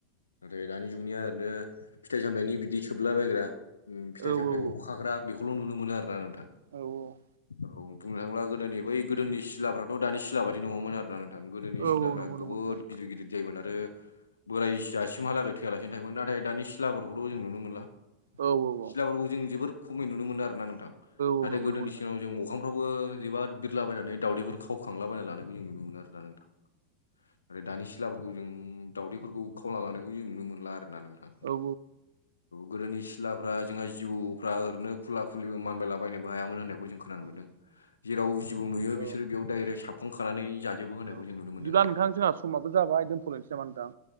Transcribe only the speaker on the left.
नाथाय दानि जुगनिया ओरैनो फिथाइ सामनायनि बिदि सोबलाबायग्रा फिथाइ
सामथथाय
अखाग्रा बेखौल' नुनो मोनो आरो ना नोंथां।
औ बुंनो थांला गोदोनि बै गोदोनि सिलाफ्राथ' दानि सिला बादि नङामोन आरोना। गोदोनि
सिथ्लाफ्रा
गोोबोद
गिदिर गिदिर जायोमोन आरो बोराय जासिमहालागै थोयालासिनो थायोमोन नाथाय दानि सिलाफोरखौथ' जों नुनो मोनला।
सि्लाफोरखौ जों जोोबोर खमै नुनो मोनो आरो ना नोंथां
नाथाय
गोदोनि
जनाव जों मोखांफ्रावबो जोबोाथ बिरलाबायनानै दावदैफोर खावखांलाबायना लानो। जों नुनो मोनो आरोना नोंथां न दानि सिलाफोरखौ जों दाावदैफोरखौ। खावला लानायखौ जों नुनो मोनला आरो ना नोंथां।
गोदोनि सिलाफ्रा जोंहा जिबौफ्रा ओरैनो खुला खुलिबो मानबायलाबायनोबो हायामोन होननायखौ जों खोनानो मोनदों।
जेराव जिबौ नुयो
बिसोर बेयाव डाइरेक्ट साब फन खानानै जाजोबो होनायखौ
जों नुनो मोनदों
आरो नोंथां